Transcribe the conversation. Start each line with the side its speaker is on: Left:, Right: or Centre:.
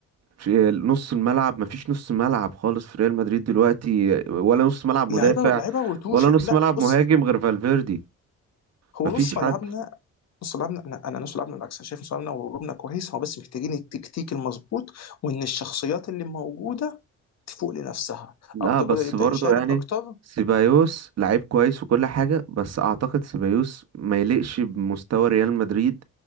Right: في نص الملعب ما فيش نص ملعب خالص في ريال مدريد دلوقتي ولا نص ملعب
Left: لعيبه
Right: مدافع
Left: لعيبه وتوش
Right: ولا
Left: لا
Right: نص ملعب
Left: بص
Right: مهاجم غير فالفيردي
Left: هو
Right: ما فيش
Left: نص
Right: حد
Left: ملعبنا نص ملعبنا انا انا نص ملعبنا بالعكس انا شايف نص ملعبنا وهجومنا كويس هو بس محتاجين التكتيك المظبوط وان الشخصيات اللي موجوده تفوق لنفسها
Right: لا
Left: ابدا
Right: بس
Left: جولر يبدا
Right: برضو
Left: يشارك
Right: يعني
Left: اكتر
Right: سيبايوس لعيب كويس وكل حاجة بس أعتقد سيبايوس ما يليقش بمستوى ريال مدريد